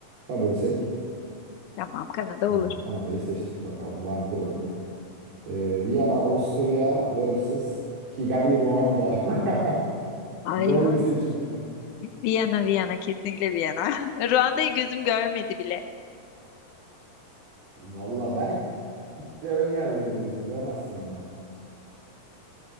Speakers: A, on the right; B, on the left.
A: Kabulsek.
B: Tamam, Kanada
A: Tamam.
B: olur.
A: Kanada'yı seçtik bakalım. Vancouver'ı. Ee, Viyana, Avusturya vs. Kigali, Ruanda. <laughs>
B: Ay
A: Zor
B: ya.
A: bir seçim. <laughs>
B: Viyana, Viyana. Kesinlikle Viyana. <laughs> Ruanda'yı gözüm görmedi bile.
A: Valla belki de ön yargılıyız. Bilemezsin ama.